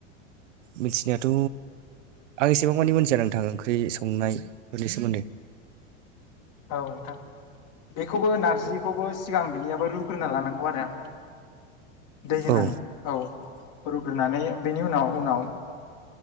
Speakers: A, on the right; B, on the left.
A: मिथिनायाथ' आं एसेबां मानि मोनथिया नोंथां ओंख्रि संनायफोरनि सोमोन्दै
B: औ नोंथां बेखौबो नारजिखौबो सिगां बिनियाबो रुग्रोना लानांगौ आरो। दै होनानै
A: औ
B: औ रुग्रोनानै बेनि उनाव उनाव